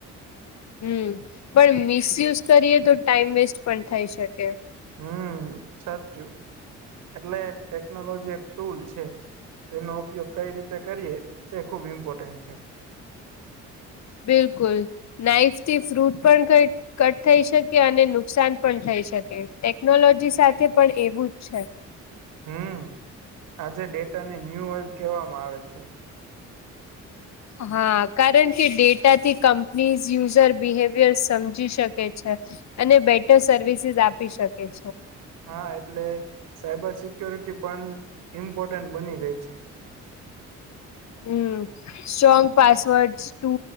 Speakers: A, on the left; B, on the right.
A: હમ પણ મિસયુઝ કરીએ તો ટાઈમ વેસ્ટ પણ થઈ શકે.
B: હમ સાચું એટલે ટેકનોલોજી એક ટુલ છે. તેનો ઉપયોગ કઈ રીતે કરીએ તે ખુબ ઇમ્પોર્ટન્ટ છે.
A: બિલકુલ નાઈફથી ફ્રૂટ પણ કઈક કટ થઈ શકે અને નુકસાન પણ થઈ શકે. ટેકનોલોજી સાથે પણ એવું જ છે.
B: હમ આજે ડેટાને ન્યૂ ઓઇલ કહેવામાં આવે છે.
A: હા કારણ કે ડેટાથી કંપનીઝ યુઝર બિહેવિયર સમજી શકે છે. અને બેટર સર્વિસીસ આપી શકે છે.
B: હા એટલે સાયબર સિક્યોરિટી પણ ઇમ્પોર્ટન્ટ બની ગઈ છે.
A: હમ strong password two